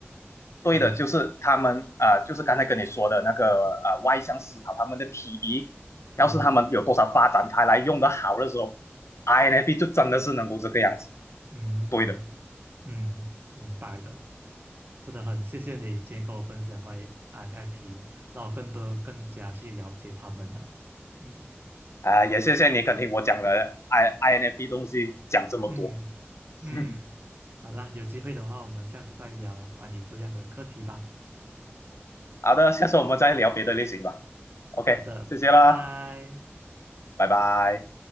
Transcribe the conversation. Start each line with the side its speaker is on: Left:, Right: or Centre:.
Left: 对的，
Right: 嗯
Left: 就是他们啊、呃就是刚才跟你说的那个啊呃外向思考，他们的 TE，要是他们有多少发展开来用的好的时候，INFP
Right: 嗯。
Left: 就真的是能够这个样子。
Right: 嗯嗯，
Left: 对的
Right: 明白了，真的很谢谢你今天跟我分享关于 INFP，让我更多更加去了解他们了。嗯
Left: 啊、呃也谢谢你肯听我讲了 I INFP 东西讲这么多。
Right: 嗯嗯，
Left: <laughs> 嗯
Right: 好啦，有机会的话，我们下次再聊关于这样的课题吧。
Left: 好的，下次我们再聊别的类型吧。OK，
Right: 好的，
Left: 谢谢啦，
Right: 拜拜。
Left: 拜拜。